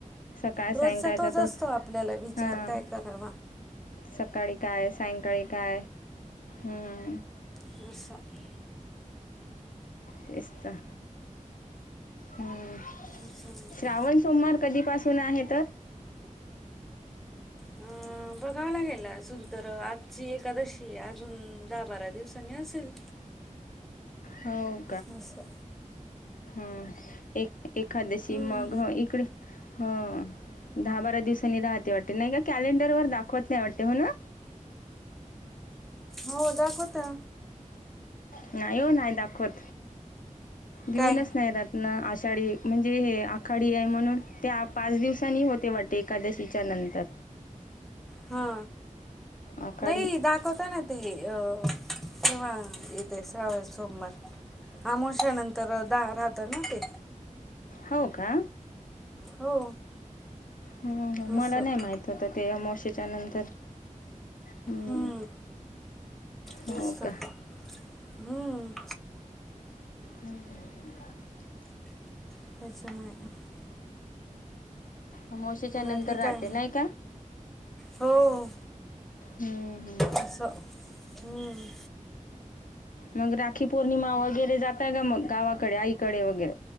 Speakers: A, on the left (about 80°); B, in the centre.
A: सकाळ
B: रोजचा
A: सायंकाळचा
B: तोच असतो आपल्याला विचार
A: हां
B: काय करावा.
A: सकाळी काय सायंकाळी काय,, हम्म.
B: ह स <unintelligible>
A: तेस्त तर, हम्म.
B: असं म्हणते
A: श्रावण सोमवार कधीपासून आहेत?
B: हं बघावं लागेल, अजून तर आजची एकादशी अजून दहा बारा दिवसांनी असेल.
A: हो
B: नसं
A: अ एक एखाद्याशी
B: हम्म.
A: मग, इकडे दहा बारा दिवस राहते वाटते, नाही गं कॅलेंडरवर दाखवत नाही वाटते हो ना.
B: हो दाखवता.
A: नाही हो नाही दाखवत, देऊनच
B: काय
A: नाही राहतं. न आषाढी, म्हणजे हे आखाडी आहे म्हणून, ते पाच दिवसांनी होते वाटते एकादशीच्या नंतर.
B: हा,,
A: आखाडी
B: नाही दाखवता ना ते अ किवा यथे श्रावण सोमवार. आमोश्याानंतर द राहतं ना ते
A: हो का.
B: हो.
A: ह
B: असं
A: मला नाही माहित होतं ते अमावस्येच्या नंतर हं.
B: हूं...
A: हो
B: तेच तर.
A: का?
B: हूं....
A: ह...
B: <unintelligible>
A: अमावस्येच्या नंतर
B: बाकी
A: राहते
B: काय
A: नाही काय?
B: हो
A: हं....
B: असं.. हं..
A: मग राखी पौर्णिमा वगैरे जाताय का मग गावाकडे आईकडे? वगैरे